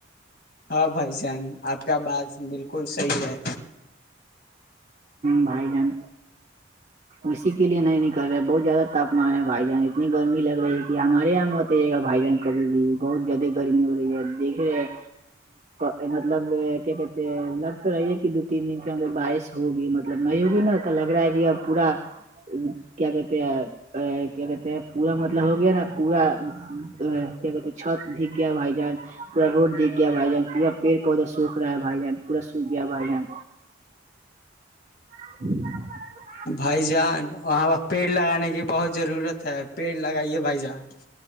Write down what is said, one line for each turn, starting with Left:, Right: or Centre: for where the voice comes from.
Left: ہاں بھائی جان آپ کا بات بالکل صحیح ہے
Right: بھائی جن اسی کے لیے نہیں نہیں کر رہے ہیں بہت زیادہ تپمان ہے بھائی جان اتنی گرمی لگ رہی ہے کہ ہمارے یہاں مت آ ج گا بھائی جان کبھی بھی بہت زیادہ گرمی ہو رہی ہے دیکھ رہے ہیں مطلب کیا کہتے لگ تو رہیے کہ دو تین دن کے انر بارش ہوگی مطلب نہیں ہوگی نا تو لگ رہا ہے کہ اب پورا کیا کہتے ہیں ا کیا کہتے ہیں پورا مطلب ہو گیا نا پورا کیا کہتے چھت دھگ گیا بھائی جان پورا روڈ دکھ گیا بھائی جان پورا پیڑ پودا سوکھ رہا ہے بھائی جان پور سوکھ گیا بھائی جان <inaudible>
Left: بھائی جان وہاں پرہ پیڑ لگانے کی بہت ضرورت ہے پیڑ لگائیے بھائی جان